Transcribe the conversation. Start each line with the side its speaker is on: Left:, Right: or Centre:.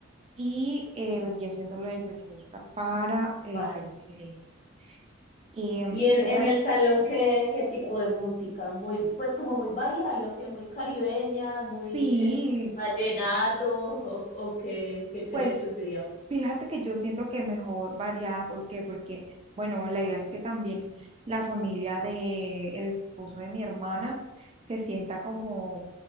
Right: y eh, vendría siendo lo del violinista para eh,
Left: Vale.
Right: la iglesia. Y em,
Left: Y en,
Right: ¿qué otra?
Left: en el salón, ¿qué, qué tipo de música? Muy, pues como muy bailable, o que muy caribeña, muy
Right: Sí,
Left: <laughs> vallenato, o, o qué, qué crees
Right: pues
Left: que sería?
Right: fíjate que yo siento que mejor variada, ¿por qué? Porque, bueno, la idea es que también la familia de el esposo de mi hermana se sienta como,